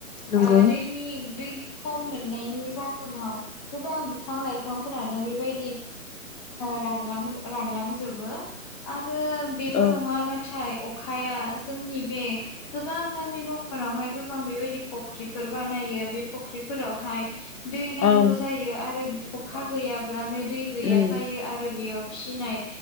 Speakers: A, on the left; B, on the left.
A: नंगौ
B: आ दैनि दै खम मोननायनि जाहोनाव गोबां बिफां लाइफांफोरानो बेबायदि रानलां रानलांजोबो आरो बेल'
A: औ
B: नङा नाथाय अखाया जोंनि बे गोबां गामि गफायावहाय गोबां बेबायदि फख्रिफोर बानायो बे फ फख्रिफोरावहाय दै नांगौ
A: औ
B: जायो आरो अखा गैयाब्ला नो दै गैया
A: उम
B: जायो आरो बेयाव फिसिनाय